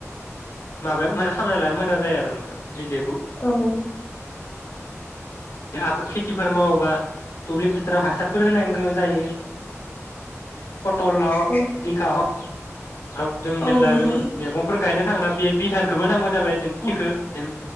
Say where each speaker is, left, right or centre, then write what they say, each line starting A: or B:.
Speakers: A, on the left (about 75°); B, on the left (about 35°).
A: माबा खालामना लानो मोजां जायो आरो नोंथां निजेबो
B: औ
A: बे हाख खेथिफोर मावोबा दुब्लि फोथाराव हासारफोर होनांगौ जायो पटल हक
B: औ
A: जिंखा हक जों जेब्ला
B: औ नंगौ
A: जों मैगंफोर गायनो थांबा बे भिधानखौबो नांगौ जाबाय जेन फुलखौ जेन